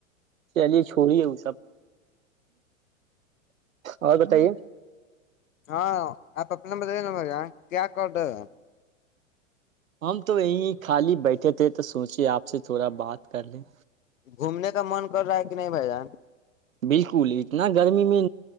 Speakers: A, on the right; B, on the left.
A: چلیے چھوڑیے وہ سب اور بتائیے
B: ہاں آپ اپنا ن بتے ن مے کیا کرڈر ہے
A: ہم تو یہیں خالی بیٹھے تھے تو سوچے آپ سے تھوڑا بات کر لیں
B: گھومنے کا من کر رہا ہے کہ نہیں بھائی جان
A: بالکل اتنا گرمی میں